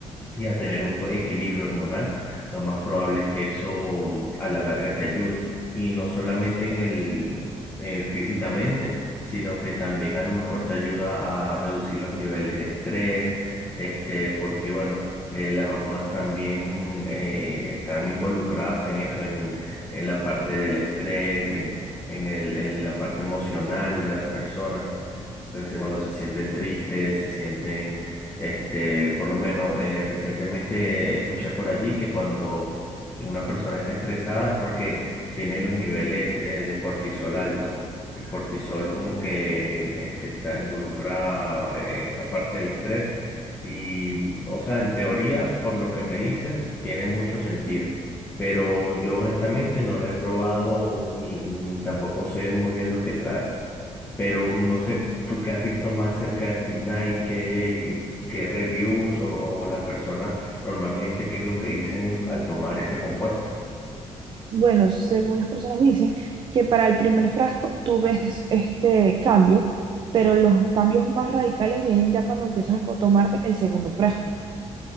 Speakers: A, on the left; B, on the right.
A: y a tener un co- equilibrio hormonal, lo más probable es que eso mm, a la larga te ayude. Y no solamente en el eh, físicamente, sino que también a lo mejor te ayuda a reducir los niveles de estrés, este, porque bueno, eh, las hormonas también eh, están involucradas en eso, en, en la parte del estrés, en, en el- en la parte emocional de las personas. Entonces, cuando se sienten tristes, se sienten, este, por lo menos eh, recientemente escuché por allí que cuando una persona está estresada es porque tiene los niveles eh, de cortisol alto. El cortisol como que este, está involucra eh, esa parte del estrés y, o sea, en teoría, por lo que me dices, tiene mucho sentido. Pero yo honestamente no la he probado ni, ni tampoco sé muy bien lo que trae. Pero no sé, tú qué has visto más acerca del final y qué, qué reviews o, o las personas normalmente qué es lo que dicen al tomar ese compuesto.
B: Bueno, según las personas dicen que para el primer frasco tú ves este cambio, pero los cambios más radicales vienen ya cuando empiezas a co- tomarte el segundo frasco.